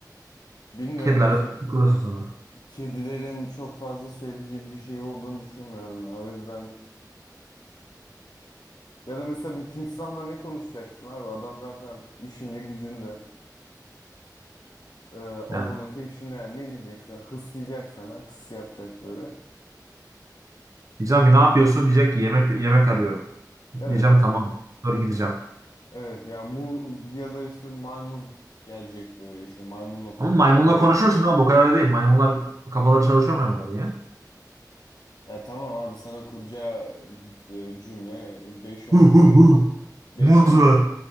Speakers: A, on the left (about 70°); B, on the right (about 50°).
A: Bilmiyorum
B: Kedilerle
A: ki
B: takılıyorsun sonra.
A: kedilerin çok fazla söyleyecek bir şey olduğunu düşünmüyorum ya. O yüzden ya da mesela bir timsahla ne konuşacaksın abi? Adam zaten işinde gücünde e, avının
B: Yani
A: peşinde yani ne diyeceksen hıslayacak sana hıs yapacak böyle.
B: diyeceğim ki ne yapıyorsun? Diyecek ki yemek yemek arıyorum.
A: Evet
B: Diyeceğim tamam. Sonra gideceğim.
A: Evet ya mu ya da işte maymun gelecek böyle işte maymunla konuşuyor
B: Ama maymunla
A: gorille.
B: konuşursun abi o kadar değil. Maymunlar kafaları çalışıyor maymunlar ya.
A: Ya tamam abi sana kuracağı e, cümle beş on
B: Hu
A: cümle.
B: hu hu.
A: beş
B: Muz
A: on
B: ver.